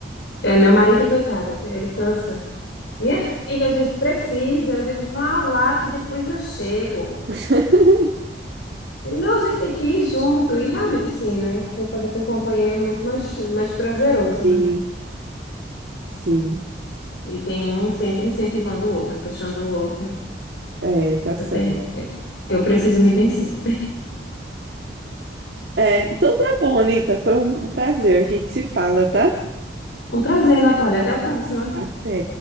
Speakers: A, on the left (about 75°); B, on the right (about 60°).
A: É, meu marido, coitado, ele cansa. Minha filha, a gente precisa. Eu digo, vá lá que depois eu chego.
B: <laughs>
A: Ele, não, a gente tem que ir junto, e realmente sim, né? Fazer com companhia é muito mais, mais prazeroso,
B: Sim,
A: né?
B: sim.
A: E tem um sempre incentivando o outro, puxando o outro.
B: É, tá certo.
A: Eu tenho, eu eu preciso me vencer.
B: É, então tá bom, Anitta. Foi um um prazer. A gente se fala, tá?
A: Um prazer, Natália, até a próxima.
B: Até.